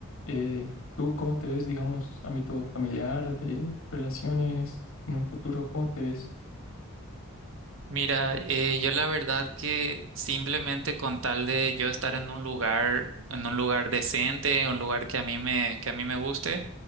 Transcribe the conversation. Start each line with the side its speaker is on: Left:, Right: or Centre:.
Left: Eh, ¿tú cómo te ves, digamos, ámbito familiar, de relaciones, en un futuro, cómo te ves?
Right: Mira, eh, yo la verdad que simplemente con tal de yo estar en un lugar, en un lugar decente, un lugar que a mí me, que a mí me guste,